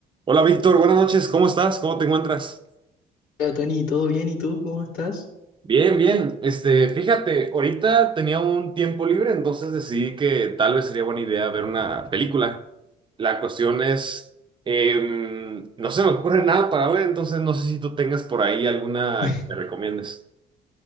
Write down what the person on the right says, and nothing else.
Hola Víctor, buenas noches, ¿cómo estás? ¿Cómo te encuentras?
Bien, bien. Este, fíjate, ahorita tenía un tiempo libre, entonces decidí que tal vez sería buena idea ver una película. La cuestión es, em, no se me ocurre nada para ver, entonces no sé si tú tengas por ahí alguna
que me recomiendes.